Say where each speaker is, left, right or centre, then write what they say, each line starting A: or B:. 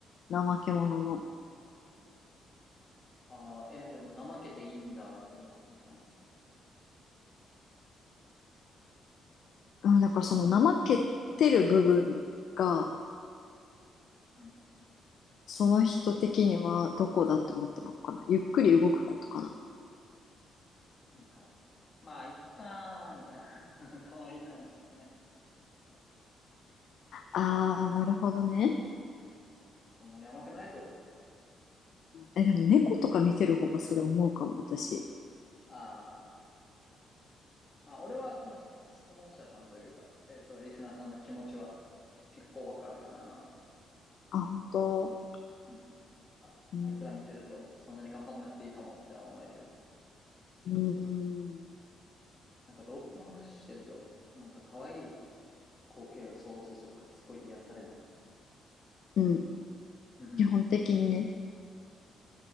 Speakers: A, on the left; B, on the left.
A: 怠け者の。
B: ああ、え、でも怠けていいんだって思ってるんじゃん
A: うん、だからその怠けてる部分が、
B: うん。
A: その人的にはどこだって思ってるのかな。ゆっくり動くことかな。
B: なんか、まあ、いっかー、みたいな。<laughs> 可愛い感じだね。
A: ああ、なるほどね。
B: そんなに甘くないぞと。
A: え、でも猫とか見てる方がそれ思うかも、私。
B: ああ。まあ、俺はこの質質問者さんというか、えっと、リスナーさんの気持ちは結構わかるかな。
A: あ、本当。
B: うん。あ、
A: うん。
B: あいつら見てると、そんなに頑張んなくていいかもっては思えるよね。
A: うん。
B: なんか動物の話してると、なんか可愛い光景を想像するからすごい癒されない。
A: うん。
B: うんう
A: 基本的にね。